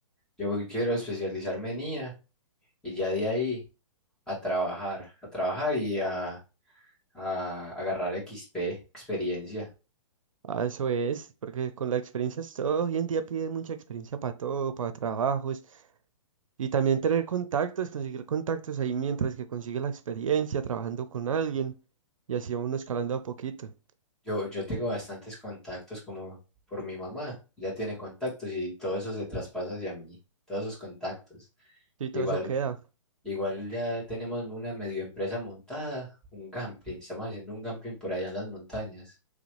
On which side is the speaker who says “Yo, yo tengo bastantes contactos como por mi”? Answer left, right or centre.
Centre